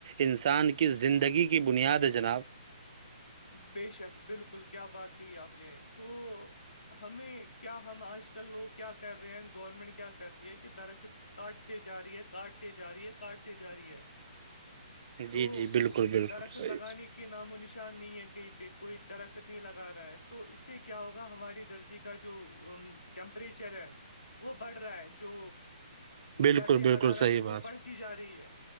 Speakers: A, on the right; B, on the left.
A: انسان کی زندگی کی بنیاد جناب
B: بے شک بالکل کیا بات کہی آپ نے تو ہمیں کیا ہم آج لوگ کیا کر رہے ہیں گورنمنٹ کیا کر رہی ہے کہ درخت کاٹتے رہی ہے کاٹتے رہی ہے کاٹتے جا رہی ہے تو
A: جی جی بالکل بالکل
B: درخت
A: صحیح
B: لگانے کے کے نام و نشان نہیں ہے کہیں پہ کوئی درخت نہیں لگا رہا ہے تو اس سے کیا کیا ہوگا ہماری دھرتی کا جو ٹیمپریچر ہے وہ بڑھ رہا ہے جو
A: بالکل
B: درجے
A: بالکل
B: حرارت
A: صحیح
B: ہیں وہ
A: بات
B: بڑھتی جا رہی ہے